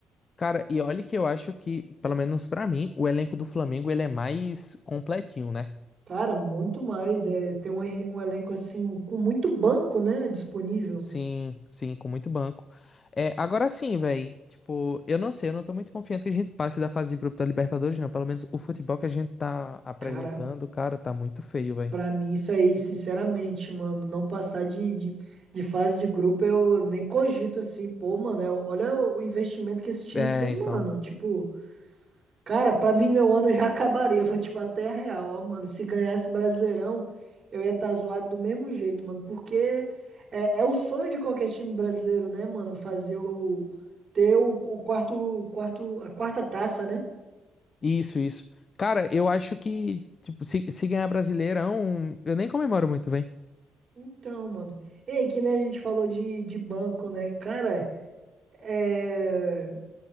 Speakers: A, on the left (about 40°); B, on the right (about 45°).
A: Cara, e olha que eu acho que, pelo menos pra mim, o elenco do Flamengo ele é mais completinho, né?
B: Cara, muito mais. É, tem um, e- um elenco assim com muito banco, né? Disponível.
A: Sim, sim, com muito banco. É, agora sim, velho. Tipo, eu não sei, eu não tô muito confiante que a gente passe da fase de grupo da Libertadores, não. Pelo menos o futebol que a gente tá apresentando,
B: Cara,
A: cara, tá muito feio, velho.
B: Pra mim, isso aí, sinceramente, mano, não passar de, de, de fase de grupo, eu nem cogito assim, pô, mano, é- olha o o investimento que esse time
A: É,
B: tem,
A: então.
B: mano. Tipo, cara, pra mim, meu ano já <laughs> acabaria, vou te bater a real, ó, mano. Se ganhasse Brasileirão, eu ia estar zoado do mesmo jeito, mano, porque é, é o sonho de qualquer time brasileiro, né, mano, fazer o, ter o, o quarto, quarto, a quarta taça, né?
A: Isso, isso. Cara, eu acho que, tipo, se, se ganhar Brasileirão, eu nem comemoro muito, velho.
B: Então, mano. E aí, que nem a gente falou de, de banco, né? Cara. É,